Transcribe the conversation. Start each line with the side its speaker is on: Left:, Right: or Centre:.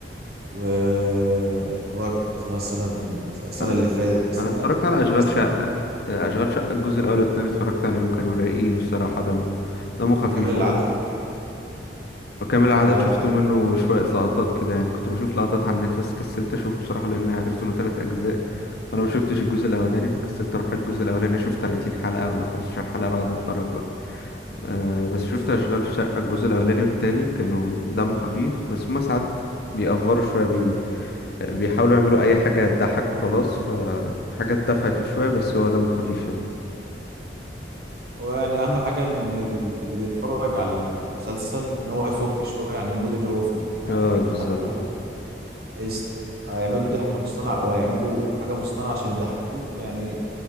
Right: واتفرجت مثلا السنة
Left: أنا
Right: اللي فاتت أصل
Left: أنا اتفرجت
Right: أنا
Left: على أشغال
Right: بس
Left: شقة آه، أشغال شقة الجزء الأول والتاني اتفرجت عليهم كانوا رايقين بصراحة دمه دمه خفيف
Right: كامل العدد
Left: وم- وكامل العدد
Right: كامل العدد
Left: شفت
Right: حلو
Left: منه شوية لقطات كده يعني كنت بشوف لقطات على النت بس كسلت أشوفه بصراحة لأن عرفت إنه تلات أجزاء وأنا ما شفتش الجزء الأولاني فكسلت أروح الجزء الأولاني أشوف 30 حلقة ولا 15 حلقة وأقعد أتفرج آه بس شفت
Right: بالظبط
Left: أشغال شقة الجزء الأولاني والتاني كانوا دمه خفيف بس هما ساعات بيأفروا شوية بي... بيحاولوا يعملوا أي حاجة تضحك وخلاص ففي حاجات تافهة فيه شوية بس هو دمه خفيف يعني
Right: ويعني أهم حاجة إن ال- اللي بيتفرج على المسلسل إن هو يفك شوية عن المود اللي هو فيه يعني
Left: اه بالظبط
Right: حتى لو عايز هيعمل له ضحكة مصطنعة أو هيعمل له حاجة مصطنعة عشان يضحكوك يعني